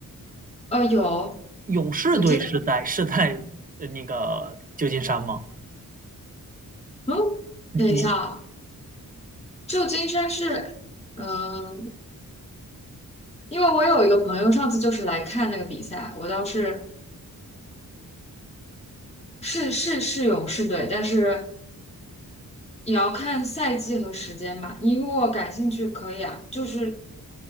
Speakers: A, on the left; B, on the right.
A: 呃，有，
B: 勇士队是在是在呃那个旧金山吗？
A: 我记得，嗯，
B: 你你
A: 等一下啊，旧金山是，嗯，因为我有一个朋友上次就是来看那个比赛，我倒是是是是勇士队，但是也要看赛季和时间吧。你如果感兴趣可以啊，就是